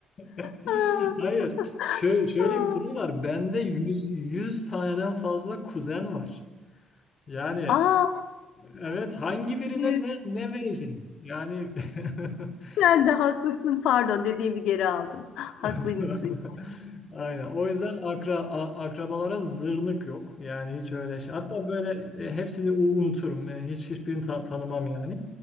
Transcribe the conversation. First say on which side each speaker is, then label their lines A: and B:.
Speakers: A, on the left; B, on the left.
A: <laughs>
B: <laughs>
A: Hayır. Şöyle, şöyle
B: Aa,
A: bir durum var. Bende yüz 100 taneden fazla kuzen var. Yani
B: aa,
A: evet hangi birine
B: güzel.
A: ne ne verecek? Yani <laughs>
B: Sen de haklısın. Pardon dediğimi geri aldım. Haklıymışsın.
A: <laughs> Aynen. O yüzden akra a- akrabalara zırnık yok. Yani hiç öyle şey. Hatta böyle e, hepsini u- unuturum. E, Hiç hiçbirini ta- tanımam yani.